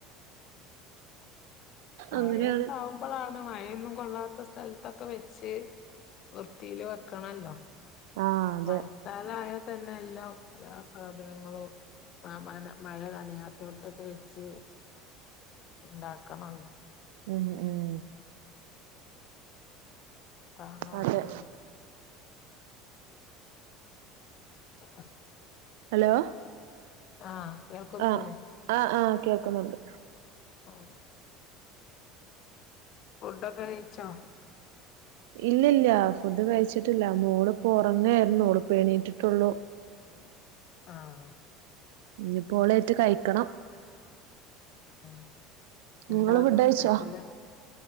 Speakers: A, on the left; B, on the right.
A: മഴയുണ്ടാവും
B: അങ്ങനെയാണ്
A: നമ്മളാണ് മഴൊന്നും കൊള്ളാത്ത സ്ഥലത്തൊക്കെ വെച്ച് വൃത്തിയില് വെക്കണല്ലോ
B: ആഹ് അതെ
A: മഴക്കാലയാൽ തന്നെ എല്ലാം എല്ലാ സാധനങ്ങളും ആഹ് മ മഴ നനയാത്തോടത്തൊക്കെ വെച്ച് ഉണ്ടാക്കണല്ലോ
B: ഉം ഉം ഉം
A: അതാണ് വേണ്ടിയത്
B: അതെ
A: <inaudible>
B: ഹലോ
A: ആഹ് കേൾക്കുന്നില്ലേ
B: ആഹ് ആഹ് ആഹ് കേൾക്കുന്നുണ്ട്
A: ഓ ഫുഡൊക്കെ കയിച്ചോ
B: ഇല്ല ഇല്ല ഫുഡ് കഴിച്ചിട്ടില്ല മോള് ഇപ്പോ ഉറങ്ങായിരുന്നു മോള് ഇപ്പ എണീറ്റട്ടേള്ളൂ
A: ആഹ്
B: ഇനിപ്പോളായിട്ട് കഴിക്കണം
A: ആഹ് എന്താന്ന്
B: നിങ്ങള് ഫുഡ് കഴിച്ചോ
A: സ്പെഷ്യല്